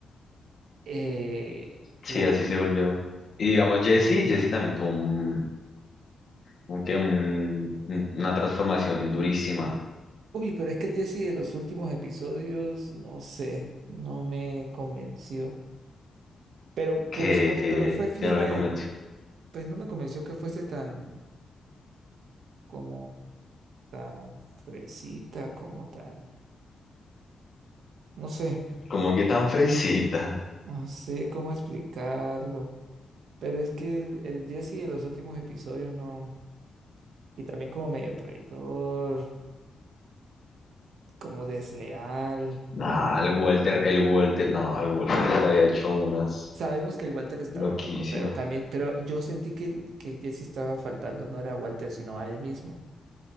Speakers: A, on the right; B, on the left.
A: Eh,
B: sí,
A: la...
B: así se volvió. Y digamos, Jesse, Jesse también tuvo un, un, que un- un- una transformación durísima
A: Uy, pero es que el Jesse de los últimos episodios, no sé, no me convenció. Pero, pero
B: que,
A: supongo,
B: que,
A: pero fue fiel
B: que no
A: a
B: le convenció.
A: él. Pues no me convenció que fuese tan, como tan fresita, como tan, no sé,
B: Como que tan fresita.
A: no sé cómo explicarlo. Pero es que el, el Jesse de los últimos episodios no. y también como medio traidor, como desleal.
B: Nah, el Walter, el Walter, no, el Walter ya le había hecho unas
A: Sabemos que el Walter estaba
B: loquísimas.
A: loco, pero también, pero yo sentí que, el- que Jesse estaba faltando, no era a Walter, sino a él mismo.